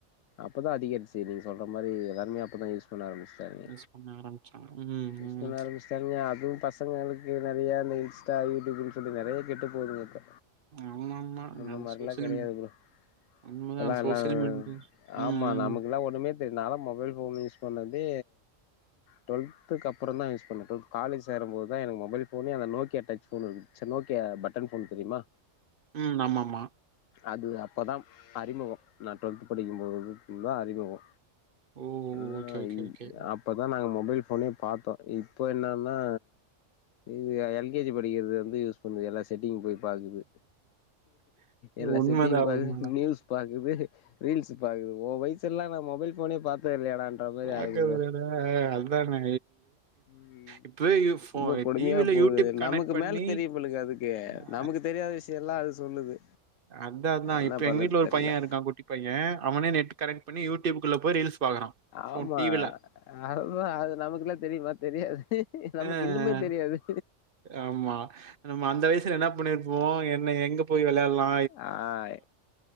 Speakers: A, on the left; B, on the right.
A: அப்பதா அதிகரிச்சு நீங்க சொல்ற மாரி எல்லாருமே அப்பதா யூஸ் பண்ண ஆரம்பிச்டாங்க
B: யூஸ் பண்ண ஆரம்பிச்சாங்க ம்
A: மிஸ்
B: ம்
A: பண்ண ஆரம்பிச்டாங்க அப் இதுவு பசங்களுக்கு நெறைய அந்த இன்ஸ்டா யூடுபுனு சொல்லி நெறைய கெட்டு போதுங்க இப்ப
B: ஆமாமா
A: முன்ன
B: அது
A: மாரிலா
B: சோசியல்
A: கெடையாது
B: மீ
A: ப்ரோ
B: உண்மதா
A: இப்பெல்லா எல்லா
B: சோசியல் மீடியா
A: ஆமா
B: ம் ம்
A: நமக்குல்லா ஒண்ணமே தெரில நால மொபைல் ஃபோன் யூஸ் பண்ணது து டுவெல்த்துக்கு அப்புற தா யூஸ் பண்ணே டுவல்த் காலேஜ் சேரும்போது தா எனக்கு மொபைல் ஃபோனே அந்த நோக்கியா டச் ஃபோன் இருக்கு ச நோக்கியா பட்டன் ஃபோன் தெரியுமா
B: ம் ஆமாமா
A: அது அப்பதா அறிமுகொ நா டுவெல்த் படிக்கும்போது தா அறிமுகொ
B: ஓ
A: ஆஹ்
B: ஓகே ஓகே
A: இ
B: ஓகே
A: அப்பதா நாங்க மொபைல் ஃப் ஃபோனே பார்த்தோ இப்ப என்னன்னா இது எல் கே ஜி படிக்குறதுலந்து யூஸ் பண்ணுது எல்லா செட்டிங் போய் பாக்குது எல்லா
B: உண்மதா
A: செட்டிங் பாக்குது
B: உண்மதா
A: மீல்ஸ் பாக்குது ரீல்ஸ் பாக்குது உ வயசு லா நா மொபைல் ஃபோனே பாத் த இல்லயடா ன்ற மாரி
B: பாக்குறதுடா
A: ஆயிடுது ப்ரோ
B: அதானே
A: உம்
B: இப்பவே யு ஃபோ
A: ரொம்ப கொடுமையா
B: டிவில
A: போது
B: யூடியூப் கனெக்ட்
A: நமக்கு
B: பண்ணி
A: மேல தெரியும் போல அதுக்கு
B: ஆ
A: நமக்கு தெரியாத விஷய எல்லா அது சொல்லுது
B: அதா அதா
A: என்ன
B: இப்ப
A: பண்றது
B: எங்க வீட்ல
A: தெர்ல
B: பைய இருக்கா குட்டி பைய அவனே நெத்து கனெட் பண்ணி யூடியூப்க்குள்ள போய் ரீல்ஸ் பாக்குறா ஃபோன்
A: ஆமா
B: டிவில
A: அதுதா அது நமக்குல்லா தெரியுமா தெரியாது நமக்கு
B: ஆஹ்
A: இன்னுமே தெரியாது
B: ஆமா நம்ம அந்த வயசுல என்ன பண்ணிருப்போ என்ன எங்க போய் வெளாலா
A: ஆஹ்